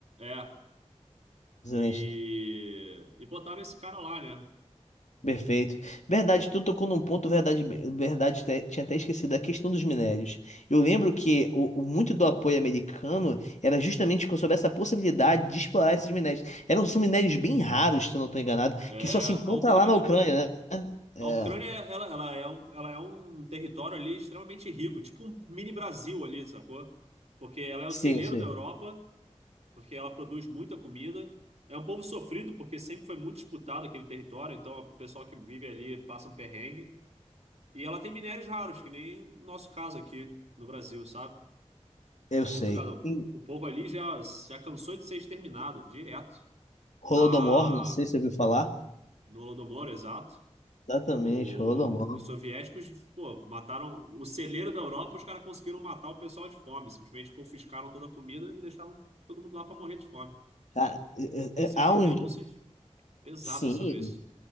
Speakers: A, on the right; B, on the left.
A: É.
B: Zelensky.
A: E, e botaram esse cara lá, né?
B: Perfeito. Verdade, tu tocou num ponto, verdade, verdade, te- tinha até esquecido a questão dos minérios. Eu lembro que o, o- muito do apoio americano era justamente sobre essa possibilidade de explorar esses minérios. Eram, são minérios bem raros, se eu não estou enganado,
A: É,
B: que só se
A: a
B: encontra
A: Ucrânia,
B: lá na Ucrânia,
A: mano.
B: né?
A: A
B: É,
A: Ucrânia, ela, ela é um, ela é um território ali extremamente rico, tipo um mini Brasil ali, sacou? Porque ela é o
B: sim,
A: celeiro
B: eu sei.
A: da Europa porque ela produz muita comida. É um povo sofrido, porque sempre foi muito disputado aquele território, então o pessoal que vive ali passa um perrengue. E ela tem minérios raros, que nem o nosso caso aqui no Brasil, sabe?
B: Eu
A: É
B: sei.
A: complicado.
B: Em
A: O povo ali já, já cansou de ser exterminado, direto.
B: Holodomor,
A: Na,
B: não sei se você ouviu falar.
A: no Holodomor, exato.
B: Exatamente,
A: O-
B: Holodomor.
A: os soviéticos, pô, mataram o celeiro da Europa, os caras conseguiram matar o pessoal de fome. Simplesmente confiscaram toda a comida e deixaram todo mundo lá para morrer de fome.
B: Cara, é-
A: Existem
B: é- é- há uns.
A: denúncias pesadas
B: Sim,
A: sobre isso.